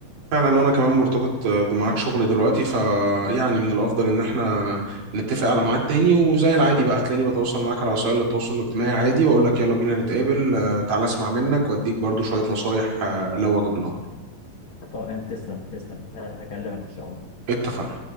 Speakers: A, on the right (about 60°); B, on the left (about 65°).
A: فعلا وأنا كمان مرتبط بميعاد شغل دلوقتي فيعني من الأفضل إن إحنا نتفق على ميعاد تاني وزي العادي بقى هتلاقيني بتواصل معاك على وسائل التواصل الاجتماعي عادي وأقول لك يلا بينا نتقابل آه، تعالى أسمع منك وأديك برضو شوية نصايح آه، لو وجب الأمر
B: تمام تسلم تسلم آه هكلمك ان شاء الله
A: اتفقنا